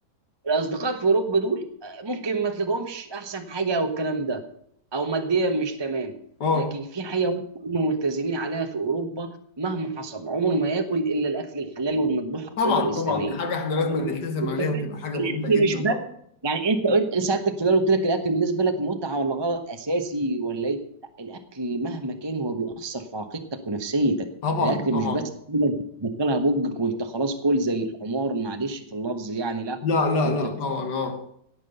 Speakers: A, on the right; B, on the left.
A: الاصدقاء في اوروبا دول ممكن ما تلاقوهمش احسن حاجه او الكلام ده او ماديا مش تمام
B: اه
A: لكن في حاجه واحدة هم ملتزمين عليها في اوروبا مهما حصل عمره ما ياكل الا الاكل الحلال والمذبوح على الطريقه
B: طبعا
A: الاسلاميه
B: طبعا دي حاجه احنا لازم
A: لأن
B: نلتزم
A: أنت
B: عليها
A: فاهم،
B: وتبقى حاجه
A: الاكل
B: مهمه جدا
A: مش بقى
B: طبعا
A: يعني انت انا سالتك في الاول قلت لك الاكل بالنسبه لك متعه ولا غلط اساسي ولا ايه لا الاكل مهما كان هو بيأثر في عقيدتك ونفسيتك
B: طبعا
A: الاكل
B: طبعا
A: مش بس حاجه أنت بتدخلها بوجك وانت خلاص كل زي الحمار معلش في اللفظ يعني لا
B: لا لا
A: انت
B: لا طبعا اه